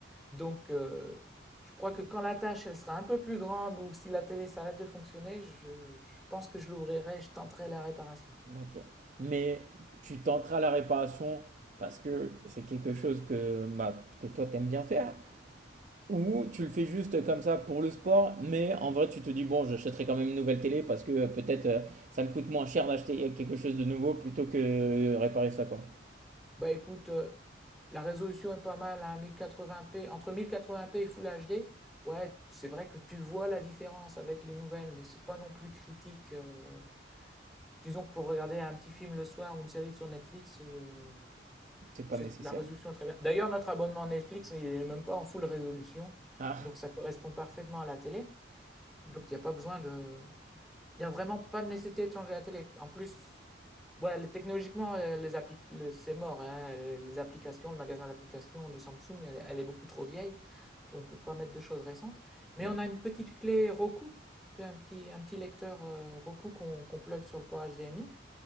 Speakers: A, in the centre; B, on the right.
A: Donc, euh, je crois que quand la tâche elle sera un peu plus grande ou si la télé s'arrête de fonctionner, je, je pense que je l'ouvrirai et je tenterai la réparation.
B: Ok. Mais tu tenteras la réparation parce que c'est quelque chose que, bah, que toi t'aimes bien faire Ou tu le fais juste comme ça pour le sport, mais en vrai tu te dis bon j'achèterai quand même une nouvelle télé parce que euh, peut-être euh, ça me coûte moins cher d'acheter quelque chose de nouveau plutôt que euh, réparer ça quoi.
A: Bah écoute, euh, la résolution est pas mal, hein, 1080p, entre 1080p et Full HD. Ouais, c'est vrai que tu vois la différence avec les nouvelles, mais c'est pas non plus critique. euh. disons que pour regarder un petit film le soir ou une série sur Netflix, euh,
B: C'est pas
A: C'est-
B: nécessaire.
A: La résolution est très bien. D'ailleurs, notre abonnement Netflix, il n'est même pas en full résolution.
B: Ah
A: Donc, ça correspond parfaitement à la télé. Donc, il n'y a pas besoin de. Il n'y a vraiment pas de nécessité de changer la télé. En plus, ouais, les- technologiquement, euh, les appli- le- c'est mort. hein. Les les applications, le magasin d'applications de Samsung, elle, est elle est beaucoup trop vieille. On ne peut pas mettre de choses récentes. Mais
B: ouais.
A: on a une petite clé Roku, tu vois, un petit, un petit lecteur euh, Roku qu'on qu'on plug sur le port HDMI.